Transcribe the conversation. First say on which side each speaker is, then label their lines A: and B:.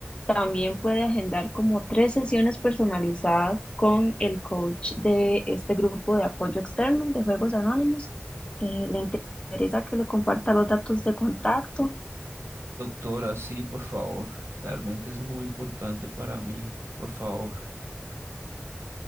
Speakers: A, on the left; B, on the right.
A: también puede agendar como tres sesiones personalizadas con el coach de este grupo de apoyo externo de Juegos Anónimos. Eh, le interesa que le comparta los datos de contacto.
B: Doctora, sí, por favor. Realmente es muy importante para mí, por favor.